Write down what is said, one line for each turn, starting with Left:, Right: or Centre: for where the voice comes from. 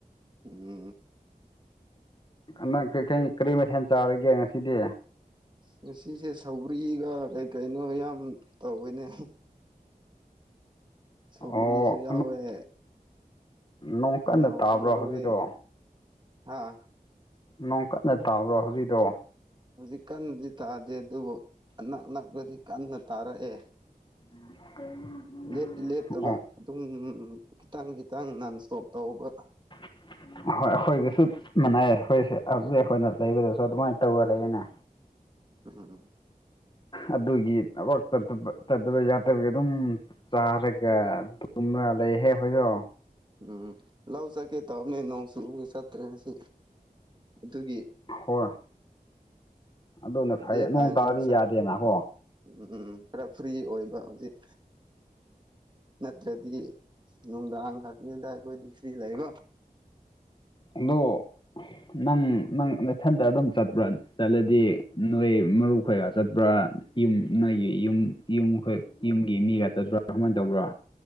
Right: ꯎꯝ
Left: ꯑ ꯅꯪ ꯀꯔꯤ ꯃꯊꯦꯜ ꯆꯥꯔꯒꯦ ꯉꯁꯤꯗꯤ
Right: ꯉꯁꯤꯁꯦ ꯁꯧꯒ꯭ꯔꯤꯒ ꯀꯩ ꯀꯩꯅꯣ ꯌꯥꯝ ꯇꯧꯋꯤꯅꯦ ꯍꯦ ꯁꯧꯒ꯭ꯔꯤꯖꯨ
Left: ꯑꯣ
Right: ꯌꯥꯎꯌꯦ
Left: ꯅꯣꯡ
Right: ꯀꯥꯡꯉꯧꯖꯨ
Left: ꯀꯟꯅ ꯇꯥꯕ꯭ꯔꯣ
Right: ꯌꯥꯎꯌꯦ
Left: ꯍꯧꯖꯤꯛꯗꯣ
Right: ꯍꯥꯥ
Left: ꯅꯣꯡ ꯀꯟꯅ ꯇꯥꯕ꯭ꯔꯣ ꯍꯧꯖꯤꯛꯗꯣ
Right: ꯍꯧꯖꯤꯛ ꯀꯟꯅꯗꯤ ꯇꯥꯗꯦ ꯑꯗꯨꯕꯨ ꯑꯅꯛ ꯅꯛꯄꯗꯤ ꯀꯟꯅ ꯇꯥꯔꯛꯑꯦ
Left: <unintelligible>
Right: ꯂꯦꯞꯇꯤ ꯂꯦꯞꯇꯕ
Left: ꯑꯣ
Right: ꯑꯗꯨꯝ ꯈꯤꯇꯪ ꯈꯤꯇꯪ ꯅꯟ ꯁꯇꯣꯞ ꯇꯧꯕ
Left: <inaudible> ꯍꯣꯏ ꯑꯈꯣꯏꯒꯁꯨ ꯃꯥꯟꯅꯩꯌꯦ ꯑꯈꯣꯏꯁꯦ ꯍꯧꯖꯤꯛ ꯑꯩꯈꯣꯏꯅ ꯂꯩꯕꯗꯁꯨ ꯑꯗꯨꯃꯥꯏꯅ ꯇꯧꯔ ꯂꯩꯌꯦꯅꯦ
Right: ꯎ ꯍꯨ ꯍꯨꯝ <unintelligible>
Left: ꯑꯗꯨꯒꯤ ꯊꯕꯛ ꯆꯠꯄ ꯆꯠꯇꯕ ꯌꯥꯗꯕꯒꯤ ꯑꯗꯨꯝ ꯆꯥꯔꯒ ꯇꯨꯝꯔ ꯂꯩꯍꯦ ꯑꯩꯈꯣꯏꯖꯨ
Right: ꯎꯝ ꯂꯧ ꯆꯠꯀꯦ ꯇꯧꯕꯅꯦ ꯅꯣꯡ ꯆꯨꯕꯒꯤ ꯆꯠꯇ꯭ꯔꯦ ꯉꯁꯤ ꯑꯗꯨꯒꯤ
Left: ꯍꯣꯢ ꯑꯗꯨꯅ ꯐꯩ
Right: ꯗꯦ ꯇꯥꯏꯝꯁꯦ
Left: ꯅꯣꯡ ꯇꯥꯔꯗꯤ
Right: ꯉꯁꯥꯏ
Left: ꯌꯥꯗꯦꯅꯥ ꯒꯣ
Right: ꯎꯝ ꯎꯝ ꯈꯔ ꯐ꯭ꯔꯤ ꯑꯣꯏꯕ ꯍꯧꯖꯤꯛ ꯅꯠꯇ꯭ꯔꯗꯤ ꯅꯨꯡꯗꯥꯡ ꯈꯛꯇꯅꯤꯗꯥ ꯑꯩꯈꯣꯏꯗꯤ ꯐ꯭ꯔꯤ ꯂꯩꯕ
Left: ꯑꯗꯣ ꯅꯪ ꯅꯪ ꯅꯊꯟꯇ ꯑꯗꯨꯝ ꯆꯠꯄ꯭ꯔꯥ ꯆꯠꯂꯗꯤ ꯅꯣꯏ ꯃꯔꯨꯞ ꯈꯩꯒ ꯆꯠꯄ꯭ꯔꯥ ꯌꯨꯝ ꯅꯣꯏꯒꯤ ꯌꯨꯝ ꯌꯨꯝ ꯑꯩꯈꯣꯏ ꯌꯨꯝꯒꯤ ꯃꯤꯒ ꯆꯠꯄ꯭ꯔꯥ ꯀꯃꯥꯏ ꯇꯧꯕ꯭ꯔꯥ